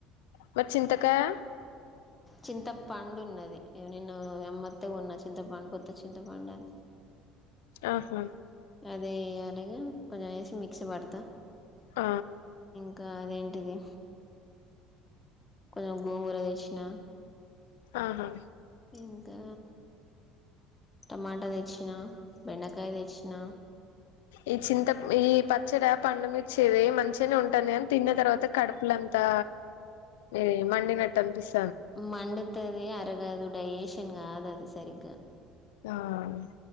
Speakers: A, on the left (about 85°); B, on the left (about 20°).
A: మరి చింతకాయా
B: చింత పండు ఉన్నది నిన్ను మెత్తగున్న చింతపండు కొత్త చింతపండు అని
A: ఆహా
B: అదే కడిగి కొంచెం వేసి మిక్సీ పడతా
A: ఆ
B: ఇంకా అదేంటిది కొంచెం గోంగూర తెచ్చిన
A: ఆహా
B: ఇంకా టమాటా తెచ్చినా బెండకాయ తెచ్చినా
A: ఈ చింత ఈ పచ్చడా పండుమిర్చిది మంచిగానే ఉంటుంది కానీ తిన్న తర్వాత కడుపులంతా త ఎ మండినట్టు అనిపిస
B: మండుతది అరగదు డైజేషన్ కాదు అది సరిగ్గా
A: అవునా